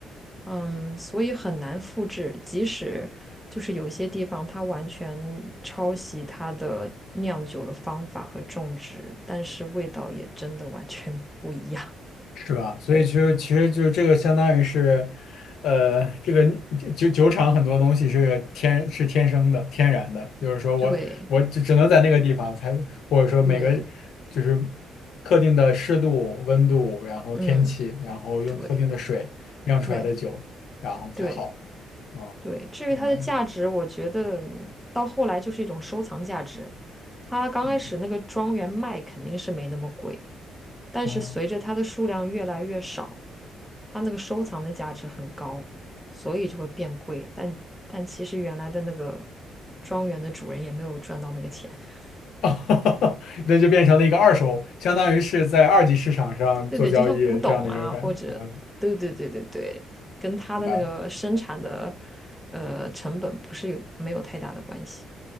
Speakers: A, in the centre; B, on the left.
A: 嗯，所以很难复制，即使就是有些地方它完全抄袭它的酿酒的方法和种植，但是味道也真的完全不一样。<laughs>
B: 是吧？所以其实其实就是这个相当于是，呃，这个酒酒酒厂很多东西是天是天生的、天然的，就是说我我只只能在那个地方才，
A: 对
B: 或者说每个就是
A: 对，
B: 特定的湿度、温度，然后天气，
A: 嗯，
B: 然后用特定的水酿出来的酒，
A: 对对
B: 然后才好
A: 对。
B: 啊，
A: 对，至于它的价值，
B: 明白了？
A: 我觉得到后来就是一种收藏价值。它刚开始那个庄园卖肯定是没那么贵，
B: 嗯，
A: 但是随着它的数量越来越少，
B: 哦。
A: 它那个收藏的价值很高，所以就会变贵。但但其实原来的那个庄园的主人也没有赚到那个钱。<laughs>
B: <laughs> 那就变成了一个二手，相当于是在二级市场上做交易这样的一个感觉，
A: 对对，就像古董啊，或者对对对对对，跟它的那个生产的
B: 明白。
A: 呃成本不是有没有太大的关系。